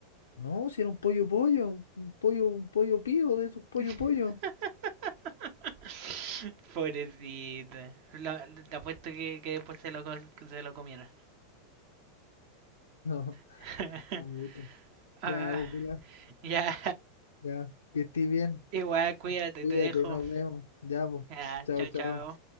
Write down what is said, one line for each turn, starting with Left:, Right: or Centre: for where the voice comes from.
Left: No, si era un pollo pollo, un, un pollo, un pollo pío de esos pollo
Right: <laughs>
Left: pollo. <laughs>
Right: Pobrecita. Lo- te apuesto que, que después se lo, co- que se lo comieron.
Left: No,
Right: <laughs>
Left: puta.
Right: Ah,
Left: Ya, pues, Pilar,
Right: ya,
Left: ya, que estés bien.
Right: igual, cuídate,
Left: Cuídate,
Right: te dejo.
Left: nos vemos. Ya, pues.
Right: Ya,
Left: Chao,
Right: chao,
Left: chao.
Right: chao.